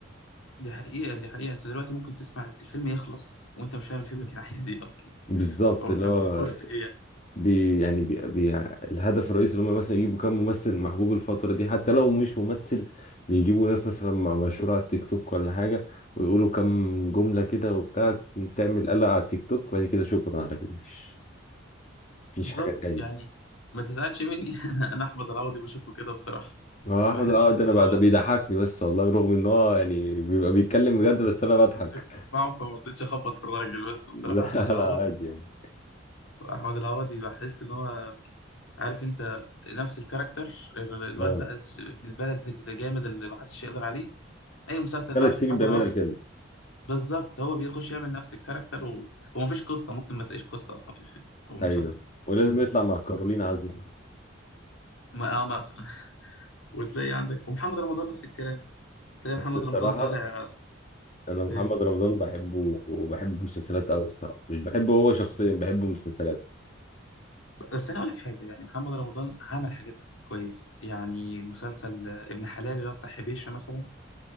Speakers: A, on the left; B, on the left.
A: دي حقيقة دي حقيقة انت دلوقتي ممكن تسمع الفيلم يخلص وانت مش فاهم الفيلم كان عايز ايه اصلا
B: بالظبط
A: هو
B: اللي
A: كان
B: هو
A: بيدور في ايه يعني
B: بي يعني بي بي الهدف الرئيسي اللي هم مثلا يجيبوا كام ممثل محبوب الفتره دي حتى لو مش ممثل بيجيبوا ناس مثلا م- مشهوره على التيك توك ولا حاجه ويقولوا كام جمله كده وبتاع تعمل قلق على التيك توك وبعد كده شكرا على كده مفيش مفيش
A: بالظبط
B: حاجه تاني
A: يعني ما تزعلش مني <laughs> انا أنا احمد العوضي بشوفه كده بصراحة
B: اه
A: بحس
B: احمد اه
A: احمد
B: ده انا
A: العوضي
B: بقى ده بيضحكني بس والله رغم ان هو يعني بيبقى بيتكلم بجد
A: انا
B: بس انا
A: انا
B: بضحك
A: لقيتك تسمعه فما رضيتش اخبط في الراجل بس بصراحة
B: <laughs> لا
A: احمد العوضي
B: لا عادي يعني
A: احمد العوضي بحس ان هو عارف انت نفس الكاركتر ال- الواد
B: اه
A: بقى ابن البلد الجامد اللي محدش يقدر عليه اي مسلسل
B: ثلاث
A: بقى حط
B: سنين
A: احمد
B: بيعملها
A: العوضي
B: كده
A: بالظبط هو بيخش يعمل نفس الكاركتر و... ومفيش قصة ممكن ما تلاقيش قصة أصلا في الفيلم أو المسلسل
B: ايوه ولازم يطلع مع كارولين عزمي
A: ما اه مثلا <laughs> وتلاقي عندك ومحمد رمضان نفس الكلام تلاقي
B: بس
A: محمد
B: الصراحه
A: رمضان طالع
B: انا محمد
A: إيه؟
B: رمضان بحبه وبحب مسلسلاته قوي الصراحه مش بحبه هو شخصيا بحب مسلسلاته
A: بس أنا أقول لك حاجة يعني محمد رمضان عمل حاجات كويسة يعني مسلسل آه، ابن حلال اللي هو بتاع حبيشة مثلا